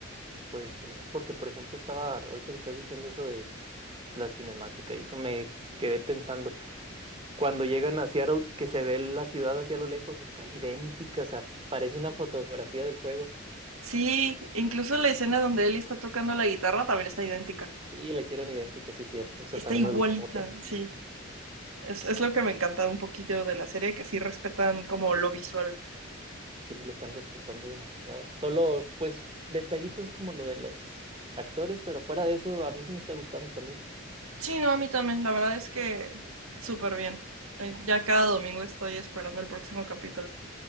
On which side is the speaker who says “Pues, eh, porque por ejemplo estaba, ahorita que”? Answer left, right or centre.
Right